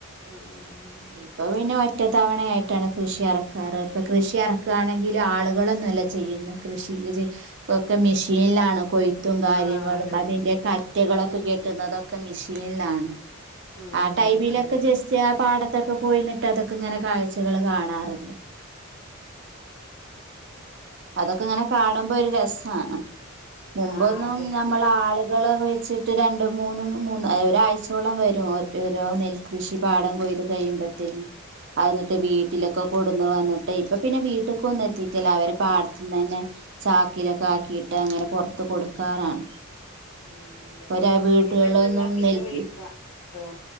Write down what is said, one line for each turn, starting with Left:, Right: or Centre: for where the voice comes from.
Left: ഉം ഉം ഉം ഉം
Right: ഇപ്പൊ പിന്ന. ഒറ്റ തവണയായിട്ടാണ് കൃഷി ഇറക്കാറ്. പ്പ കൃഷി ഇറക്കണെങ്കില് ആളുകളൊന്നുല്ല ചെയ്യുന്നത്. കൃഷി ഇജ് ഒക്കെ മെഷീനിലാണ്. കൊയ്ത്തും, കാര്യങ്ങളും,
Left: ആഹ് അതെ
Right: അതിന്റെ കൈ. റ്റകളൊക്ക കെട്ടുന്നതൊക്ക മിഷീൻ ലാണ്.
Left: ഉം
Right: ആ
Left: ഉം
Right: ടൈമിലൊക്ക
Left: ഉം അതെ
Right: ജസ്റ്റ് ആ പാട ത്തൊക്ക പോയിന്നിട്ട് അതൊക്ക ങ്ങനെ കാഴ്ചകള് കാണാറ്. അതൊക്ക ങ്ങനെ കാണുമ്പോ, ഒരു രസാണ്. മുമ്പൊന്നും
Left: ആഹ് അതെ
Right: നമ്മള ആള്. കളൊകെ വെച്ചിട്ട് രണ്ടും മൂന്നും മൂന്ന് ഒരാഴ്ചഓളം വരും ഒര് ഒരോ നെൽകൃഷി പാടംകൊയ്. ഇത് കയ്യുംമ്പത്തേന്. അഅ്ന്ന്ട്ട്
Left: ഉം
Right: വീട്ടിലൊക്ക കൊടുന്ന് വന്ന്ട്ട് ഇപ്പപ്പിന്നെ വീട്ട്ക്കൊന്നെത്തിക്കല്ല അവര് പാടത്ത്ന്നെന്നെ ചാക്കിലൊക്കാക്കീട്ട് അങ്ങന പൊറത്ത് കൊടുക്കാറാണ്.
Left: ഉം അതെ
Right: ഒരേ വീട്ട്
Left: പിന്നെ
Right: <unintelligible>
Left: എന്തെന്നാ പിന്നെ
Right: നിൽക്ക്
Left: വിളിക്കാട്ടോ